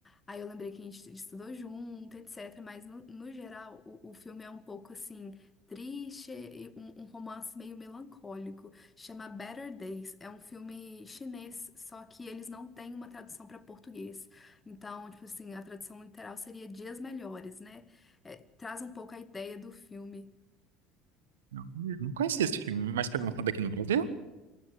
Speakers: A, on the left; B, on the right.
A: aí eu lembrei que a gente estudou junto, etc. Mas, no, no geral, o, o filme é um pouco assim. Triste e um, um romance meio melancólico. Chama Better Days. É um filme chinês, só que eles não têm uma tradução para português. Então, tipo assim, a tradução literal seria Dias Melhores, né? É, traz um pouco a ideia do filme.
B: Não, eu não conhecia esse filme, mas foi lançado daqui no Brasil?